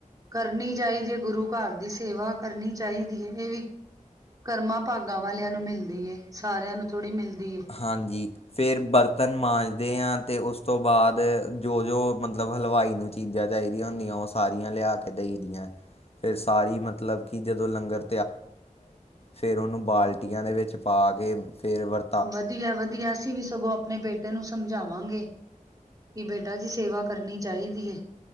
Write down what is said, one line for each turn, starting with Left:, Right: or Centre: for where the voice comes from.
Right: ਕਰਨੀ ਚਾਹੀਦੀ ਹੈ ਗੁਰੂ ਘਰ ਦੀ ਸੇਵਾ ਕਰਨੀ ਚਾਹੀਦੀ ਹੈ ਇਹ ਵੀ। ਕਰਮਾਂ ਭਾਗਾਂ ਵਾਲਿਆਂ ਨੂੰ ਮਿਲਦੀ ਏ। ਸਾਰਿਆਂ ਨੂੰ ਥੋੜ੍ਹੀ ਮਿਲਦੀ ਹੈ।
Left: ਹਾਂਜੀ ਫਿਰ ਬਰਤਨ ਮਾਂਜਦੇ ਹਾਂ ਅਤੇ ਉਸ ਤੋਂ ਬਾਅਦ ਜੋ ਜੋ। ਮਤਲਬ ਹਲਵਾਈ ਨੂੰ ਚੀਜ਼ਾਂ ਚਾਹੀਦੀਆਂ ਹੁੰਦੀਆਂ ਉਹ ਸਾਰੀਆਂ ਲਿਆ ਕੇ ਦੇਈ ਦੀਆਂ। ਫਿਰ ਸਾਰੀ ਮਤਲਬ ਕਿ ਜਦੋਂ ਲੰਗਰ ਫਿਰ ਉਹਨੂੰ ਬਾਲਟੀਆਂ ਦੇ ਵਿੱਚ ਪਾ ਕੇ ਫਿਰ ਵਰਤ
Right: ਵਧੀਆ ਵਧੀਆ ਅਸੀਂ ਵੀ ਸਗੋਂ ਆਪ ਆਪਣੇ ਬੇਟੇ ਨੂੰ ਸਮਝਾਵਾਂਗੇ ਕਿ ਬੇਟਾ ਜੀ ਸੇਵਾ ਕਰਨੀ ਚਾਹੀਦੀ ਹੈ